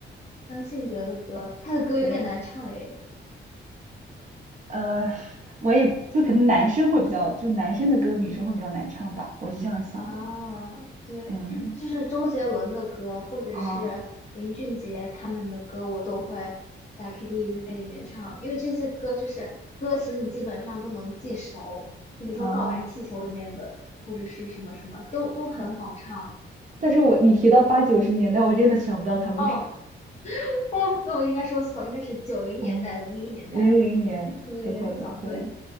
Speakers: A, on the left; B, on the right.
A: 张信哲的歌，他的歌有点难唱诶，
B: 对，呃，我也就可能男生会比较，就男生的歌女生会比较难唱吧，我是这样想的。
A: 啊，对，
B: 嗯，
A: 就是周杰伦的歌，或者是林俊杰他们的歌，
B: 啊
A: 我都会在 KTV 里面唱，因为这些歌就是歌词你基本上都能记熟，就比如说《告白气球》里面的，
B: 啊！
A: 或者是什么什么，都都很好唱。
B: 但是我你提到八九十年代，我真的想不到他们俩。
A: 哦哦，那我应该说错了，应该是九零年代、
B: 嗯，
A: 零零年代，
B: 零零年之后的，
A: 说的有点早，
B: 对，
A: 对。